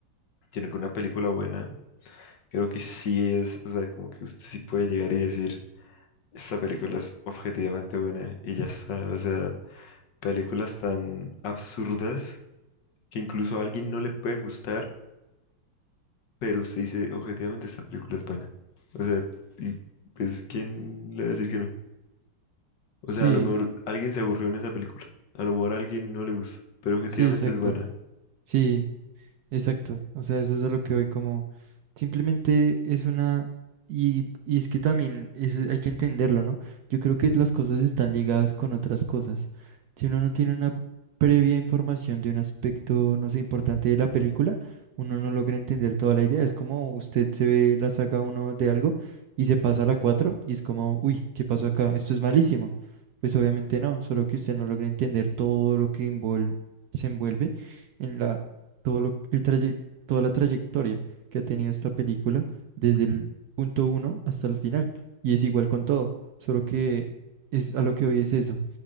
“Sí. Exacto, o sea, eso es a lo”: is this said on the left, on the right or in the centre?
Right